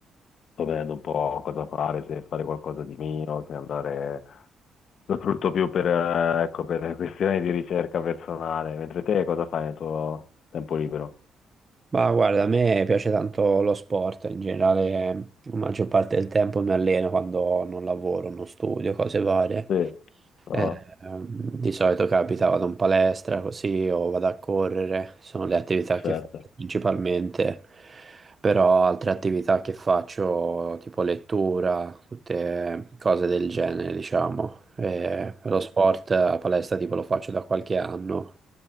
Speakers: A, on the left; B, on the right.
A: sto vedendo un po' cosa fare, se fare qualcosa di mio, se andare, lo sfrutto più per, eh, ecco, per <laughs> questioni di ricerca personale, mentre te cosa fai nel tuo tempo libero?
B: Ma guarda, a me piace tanto lo sport, in generale eh, la maggior parte del tempo mi alleno quando non lavoro, non studio, cose varie.
A: Sì, no,
B: Eh, ehm, di solito capita, vado in palestra così o vado a correre, sono le attività che
A: certo.
B: faccio principalmente, però altre attività che faccio tipo lettura, tutte cose del genere, diciamo. Eh, lo sport a palestra tipo lo faccio da qualche anno,